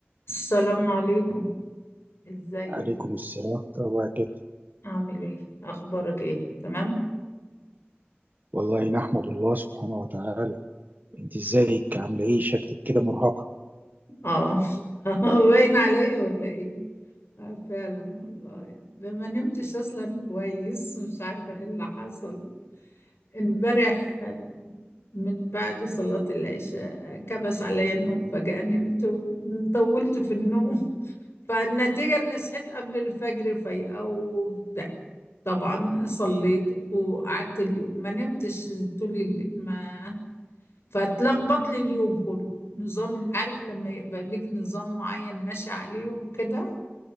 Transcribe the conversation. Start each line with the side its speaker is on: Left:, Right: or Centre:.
Left: السلام عليكم ازيك
Right: عليكم السلام طبعا كده
Left: عامل ايه اخبارك ايه تمام
Right: والله نحمد الله سبحانه وتعالى انت ازيك عامله ايه شكلك كده مرهقه
Left: اه <laughs> باين عليا ولا ايه آه فعلا والله ده ما نمتش اصلا كويس مش عارفه ايه اللي حصل امبارح آه، من بعد صلاة العشاء آه، كبس عليا النوم فجأة نمت وطولت في النوم فالنتيجة اني صحيت قبل الفجر فايقة وبتاع. طبعا صليت وقعدت اليوم ما نمتش طول الليل ما فتلخبط لي اليوم كله نظام عارف لما يبقى ليك نظام معين ماشي عليه وكده